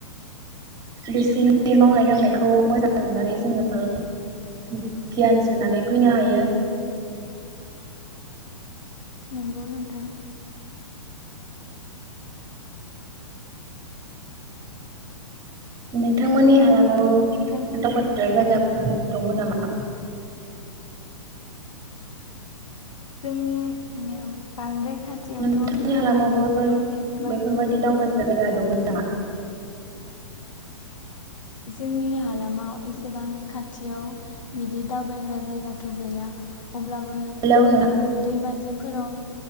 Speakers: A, on the right; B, on the left.
A: बिसिनि मावनाय दांनायखौ मोजां नुनानै जों गियान सोनानै फैनो हायो।
B: नंगौ नोंथां।
A: नोंथांमोननि हालामावो
B: नोंथांमोननि
A: दावबाय्रा जायगाफोर दङ नामा?
B: जोंनि ओम बांद्राय खाथियावथ'
A: नोंथांनि
B: बेफोरबायदि
A: हालामावबो
B: एसेबां
A: बेफोरबायदि दावबायग्रा जायगा दं नामा?
B: जोंनि हालामाव एसेबां खाथियाव बिदि दावबायग्रा जायगाथ' गैया। अब्लाबो
A: हेलौ नोंथां।
B: दैमा दिंफोराव